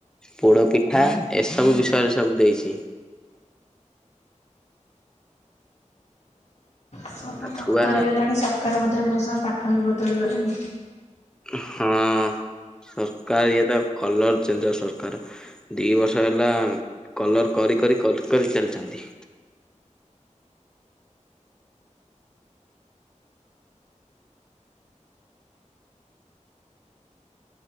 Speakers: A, in the centre; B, on the left (about 60°).
A: ପୋଡ ପିଠା ଏସବୁ ବିଷୟରେ ସବୁ ଦେଇଛି।
B: ସବୁ
A: ଆଉ
B: ତ
A: ଛୁଆ
B: ବଦଳି ଗଲାଣି ସରକାର ବଦଳିବା ସହ ପାଠ ବି ବଦଳିଗଲାଣି।
A: ହଁ ସରକାର ଇଏ ତ କଲର ଚେଞ୍ଜ ସରକାର। ଦି ବର୍ଷ ହେଲା କଲର କରି କରି କରି କରି ଚାଲିଛନ୍ତି।